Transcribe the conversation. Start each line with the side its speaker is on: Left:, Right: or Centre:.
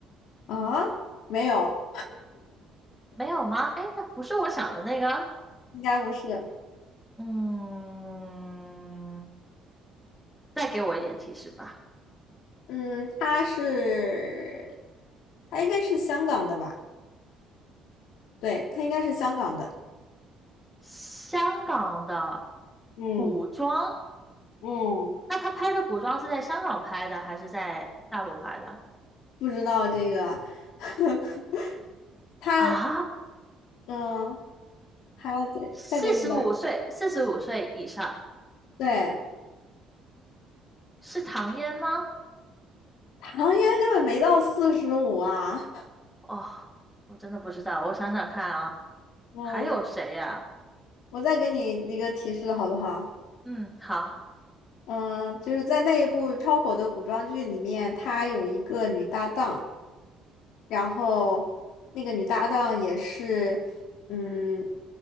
Left: 啊，没有，
Centre: 没有吗？哎，那不是我想的那个。
Left: 应该不是。
Centre: 嗯，再给我一点提示吧。
Left: 嗯，他是，他应该是香港的吧？对，他应该是香港的，
Centre: 香港的
Left: 嗯
Centre: 古装，
Left: 嗯，
Centre: 那他拍的古装是在香港拍的还是在大陆拍的？
Left: 不知道这个，<laughs> 他
Centre: 啊，
Left: 嗯，还要再再给你点儿
Centre: 四十五岁，四十五岁以上
Left: 对，
Centre: 是唐嫣吗？
Left: 唐嫣根本没到四十五啊，
Centre: 哦，我真的不知道，我想想看啊，
Left: 嗯，
Centre: 还有谁呀、
Left: 我再给你一个提示好不好？
Centre: 嗯，好
Left: 嗯，就是在那一部超火的古装剧里面，她有一个女搭档，然后那个女搭档也是，嗯，